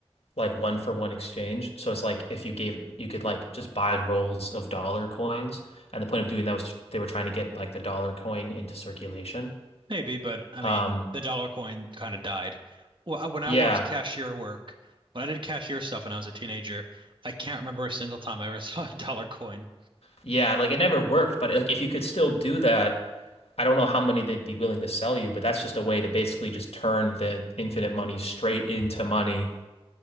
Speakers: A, on the left; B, on the right.
A: like one for one exchange. So it's like if you gave you could like just buy rolls of dollar coins, and the point of doing that was t- they were trying to get like the dollar coin into circulation.
B: Maybe, but I
A: Um,
B: mean, the dollar coin kind of died. Well, I- when I
A: yeah.
B: worked cashier work, when I did cashier stuff when I was a teenager, I can't remember a single time I ever <laughs> saw a dollar coin.
A: Yeah, like it never worked, but like if you could still do that, I don't know how many they'd be willing to sell you, but that's just a way to basically just turn the infinite money straight into money